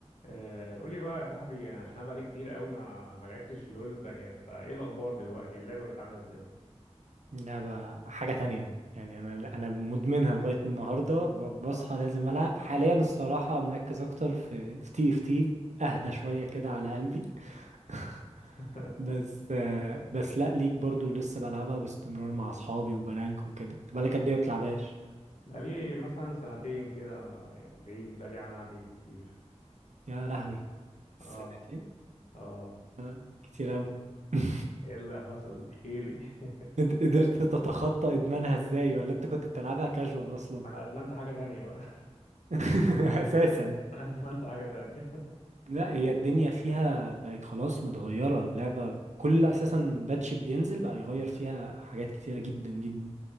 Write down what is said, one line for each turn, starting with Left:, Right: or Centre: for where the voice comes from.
Left: آه، قول لي بقى يا صاحبي عشان انا بقالي كتير قوي ما ما لعبتش لول بقى فايه الاخبار دلوقتي اللعبه بقت عامله ازاي
Right: لعبة حاجة تانية يعني أنا أنا مدمنها لغاية النهاردة ب- بصحى
Left: اه
Right: لازم ألعب حاليا الصراحة مركز أكتر في في تي اف تي
Left: اه
Right: أهدى شوية كده على قلبي <laughs>
Left: <laughs>
Right: بس آه، بس لأ ليك برضو لسه بلعبها باستمرار مع أصحابي وبرانك وكده انت بقالك قد إيه ما بتلعبهاش
Left: بقالي مثلا سنتين كده يعني بعيد بقالي عنها بعيد كتير
Right: يا لهوي سنتين
Left: اه اه
Right: آه، كتير أوي <laughs>
Left: ايه اللي حصل احكي لي <laughs>
Right: انت قدرت تتخطى إدمانها إزاي ولا أنت كنت بتلعبها كاجوال أصلا
Left: ما انا ادمنت حاجه تانية بقى
Right: <laughs> أساسا
Left: <laughs> ادمنت حاجه تانية
Right: لا هي الدنيا فيها بقت خلاص متغيرة اللعبة كل أساسا باتش بينزل بقى يغير فيها حاجات كتيرة جدا جدا